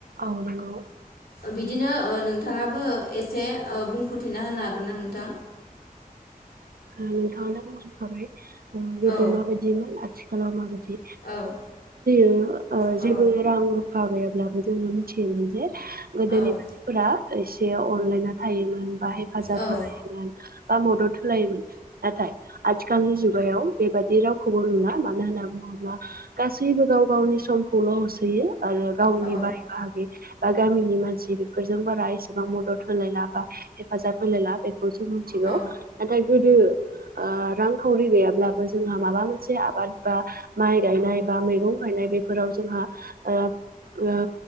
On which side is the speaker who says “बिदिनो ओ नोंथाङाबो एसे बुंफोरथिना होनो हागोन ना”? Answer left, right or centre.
Left